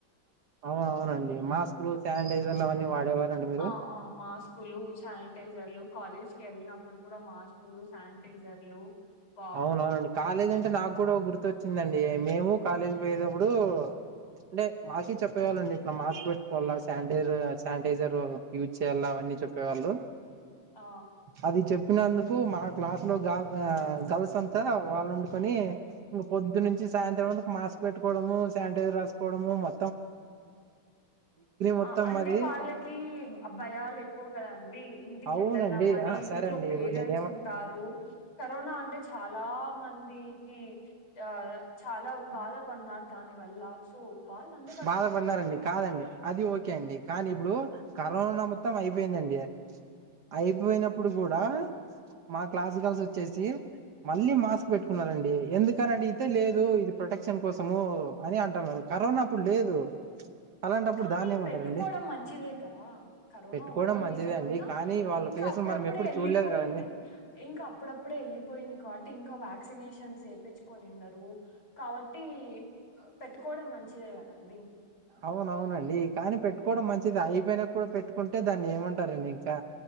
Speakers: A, on the right; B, on the left.
A: అవును అవునండి మాస్కులు శానిటైజర్లు అవన్నీ వాడేవారండి మీరు
B: ఆ! ఆ! మాస్కులు శానిటైజర్లు కాలేజ్ కు వెళ్ళినప్పుడు కూడా మాస్కు లు శానిటైజర్లు వా
A: అవునవునండి కాలేజు అంటే నాకు కూడా గుర్తొచ్చిందండి మేము కాలేజీ పోయేతప్పుడు అంటే మాకు చెప్పేవాళ్ళు అండి ఇట్లా మాస్క్ పెట్టుకోవాలా శానిటైజర్ శానిటైజర్ యూజ్ చేయాలా అవన్నీ చెప్పేవాళ్ళు
B: ఆ!
A: అది చెప్ తునందుకు మా క్లాస్ లో బాగా గల్స్ అంతా వాళ్ళు వుండుకొని ఇంక పొద్దు
B: ఆ!
A: నుంచి సాయంత్రం వరకు మాస్క్ మాస్క్ పెట్టుకోవడము శానిటైజర్ రాసుకోవడము మొ మొత్తం
B: ఆ అంటే
A: మాది
B: వాళ్ళకి భయాలు ఎక్కువ కదాండి ఇంటికి
A: అవునండి.
B: వెళ్ళల్ల మరి
A: ఆ
B: ఇంట్లో
A: సరే అండి
B: పేరెంట్స్
A: ఇప్పుడు నేనేమ
B: ఉంటారు కరోనా అంటే చాలా మందికి ఆ చాలా బాధపడ్న్నారు దాని వల్ల సో వాళ్ళన్ను
A: బాధపడ్నారండి కాదండి అది ఓకే అండి కానీ ఇప్పుడు కరోనా మొత్తం అయిపోయిందండి. అయిపోయినప్పుడు గూ దా మా క్లాస్ గల్స్ వచ్చేసి మళ్ళీ మాస్క్ పెట్టుకున్నారండి ఎందుకని అడిగితే లేదు ఇది ప్రొటెక్షన్ కోసము అని అ <unintelligible> కరోనా అప్పుడు లేదు అలాంటప్పుడు
B: కానీ
A: దాన్ని ఏమంటారండి
B: పెట్టుకోవడం మంచిదే కదా కరోనా
A: పెట్టుకోవడం
B: ఉన్నా
A: మంచిదే
B: లేకపోయినా
A: అండి కానీ వాళ్ళ
B: ఇంకా
A: ఫేస్
B: అప్పుడప్పుడే
A: మనం ఎప్పుడు
B: ఎళ్ళిపోయింది
A: చూడలేదు కదండి
B: ఇంకా అప్పుడప్పుడే ఎళ్ళిపోయింది కాట్టి ఇంకా వ్యాక్ క్సినేషన్స్ ఏపి కొనిండరు కావట్టి పెట్టుకోవడం మంచి తిరే కదండి
A: అవునవునండి కానీ పెట్టుకోవడం మంచిది అయిపోయినా కూడా పెట్టుకుంటే దాన్ని ఏమంటారండి ఇంకా